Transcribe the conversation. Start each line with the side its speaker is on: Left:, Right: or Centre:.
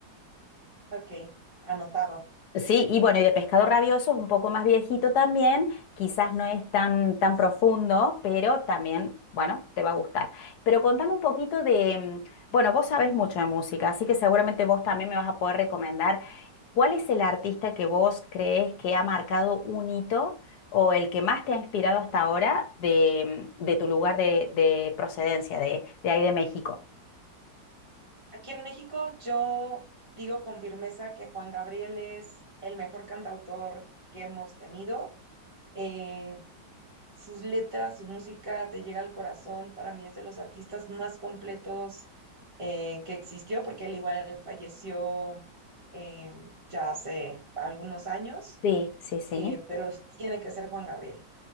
Right: Ok, anotado.
Left: Sí, y bueno, y de pescado rabioso es un poco más viejito también, quizás no es tan, tan profundo, pero también, bueno, te va a gustar. Pero contame un poquito de, mm, bueno, vos sabés mucho de música, así que seguramente vos también me vas a poder recomendar cuál es el artista que vos crees que ha marcado un hito o el que más te ha inspirado hasta ahora de, mm, de tu lugar de, de procedencia, de, de ahí de México.
Right: Aquí en México yo digo con firmeza que Juan Gabriel es el mejor cantautor que hemos tenido. Eh, sus letras, su música te llega al corazón. Para mí es de los artistas más completos eh, que existió, porque él igual falleció eh, ya hace algunos años,
Left: Sí, sí, sí.
Right: eh, pero tiene que ser Juan Gabriel.